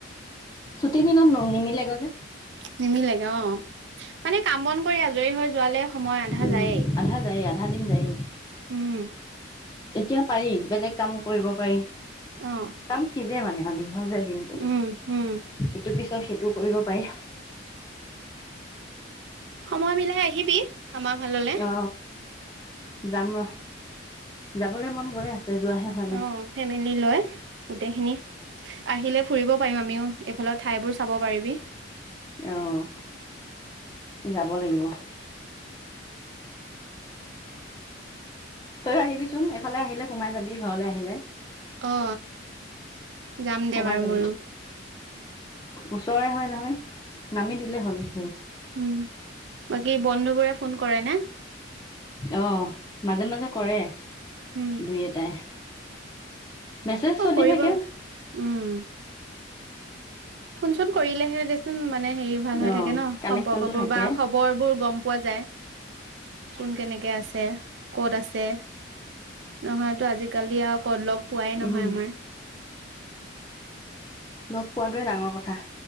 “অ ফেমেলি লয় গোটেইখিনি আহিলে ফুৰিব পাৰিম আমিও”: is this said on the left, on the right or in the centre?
Right